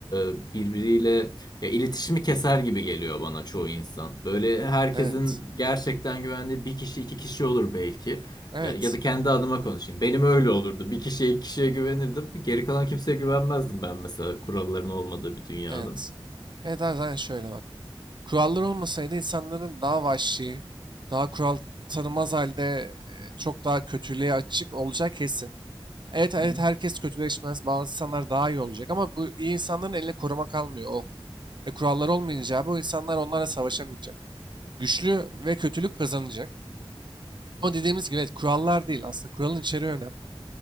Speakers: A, on the left; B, on the right.
A: e, birbiriyle ya iletişimi keser gibi geliyor bana çoğu insan. Böyle herkesin
B: Evet.
A: gerçekten güvendiği bir kişi iki kişi olur belki.
B: Evet.
A: E, Ya da kendi adıma konuşayım. Benim öyle olurdu. Bir kişiye iki kişiye güvenirdim. Geri kalan kimseye güvenmezdim ben mesela kuralların olmadığı bir dünyada.
B: Evet. Evet abi zaten şöyle bak. Kurallar olmasaydı insanların daha vahşi, daha kural tanımaz halde e, çok daha kötülüğe açık olacağı kesin. Evet evet
A: Hı hı.
B: herkes kötüleşmez. Bazı insanlar daha iyi olacak ama bu iyi insanların eline koruma kalmıyor. O ve kurallar olmayınca bu insanlar onlarla savaşamayacak. Güçlü ve kötülük kazanacak. O dediğimiz gibi evet, kurallar değil aslında. Kuralın içeriği önemli.